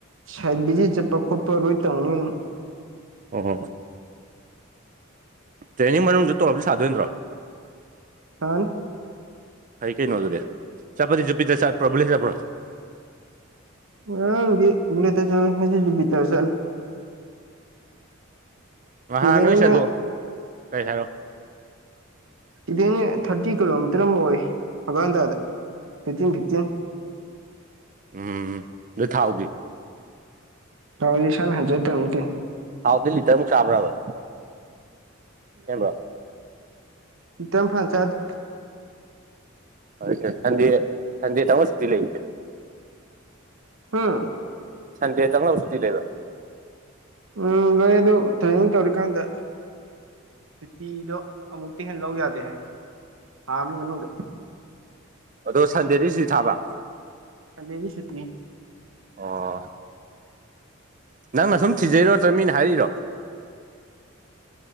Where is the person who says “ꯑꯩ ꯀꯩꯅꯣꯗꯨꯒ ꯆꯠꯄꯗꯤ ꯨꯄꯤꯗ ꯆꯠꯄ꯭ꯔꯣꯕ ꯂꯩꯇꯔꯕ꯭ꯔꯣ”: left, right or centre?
Right